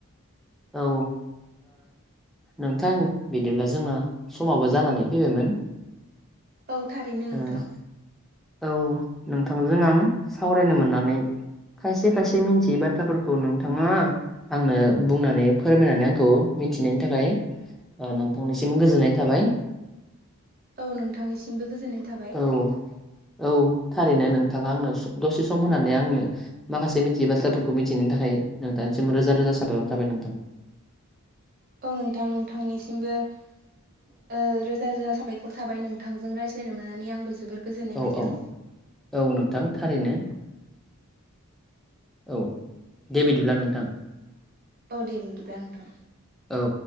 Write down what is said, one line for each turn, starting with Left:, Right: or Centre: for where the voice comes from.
Centre: औ ओ नोंथां बिदिब्ला जोंना समाबो जानानै फैबायमोन
Right: औ थारैनो नोंथां
Centre: उम औ नोंथांजों आं सावरायनो मोननानै खायसे खायसे मिन्थियै बाथ्राफोरखौ नोंथाङा आंनो बुंनानै फोरमायनानै आंखौ मिथिनायनि थाखाय ओ नोंथांनिसिम गोजोननाय थाबाय
Right: औ नोंथांनिसिमबो गोजोननाय थाबाय
Centre: औ औ थारैनो नोंथाङा आंनो स दसे सम होननानै आंनो माखासे मिथियै बाथ्राफोरखौ मिथिनायनि थाखाय नोंथांनिसिम रोजा रोजा साबानो थाबाय नोंथां
Right: औ नोंथां नोंथांनिसिमबो ओ रोजा रोजा साबायखर थाबाय नों थांजों रायज्लायनो मोननानै आंबो जोबोर गोजोननाय
Centre: औ
Right: मोन्दों
Centre: औ औ नोंथां थारैनो औ दे बिदिब्ला नोंथां
Right: औ दे बिदिब्ला नोंथां
Centre: औ